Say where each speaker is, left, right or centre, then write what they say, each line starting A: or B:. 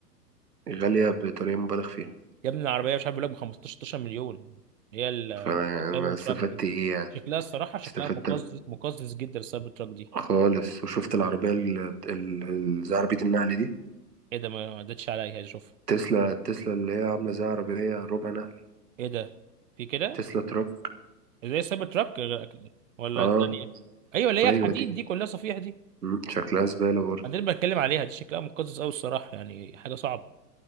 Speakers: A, on the right (about 70°); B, on the right (about 50°).
A: غالية بطريقة مبالغ فيها
B: يا ابني العربيه مش عارف بيقول لك ب 15 16 مليون اللي هي السايبر
A: فأنا استفدت
B: تراك دي
A: إيه يعني
B: شكلها الصراحه شكلها
A: استفدت
B: مقزز مقزز جدا السايبر تراك دي
A: خالص وشفت العربية ال- ال- ال- زي عربية النقل دي
B: ايه ده ما ما عدتش عليا اشوفها
A: تسلا تسلا اللي هي عاملة زي عربية ربع نقل
B: ايه ده في كده
A: تسلا تراك
B: زي السايبر تراك ولا
A: اه
B: الثانيه ايوه اللي هي
A: أيوة
B: الحديد
A: دي
B: دي كلها صفيح دي
A: مم، شكلها زبالة برضه
B: دي اللي بتكلم عليها دي شكلها مقزز قوي الصراحه يعني حاجه صعبه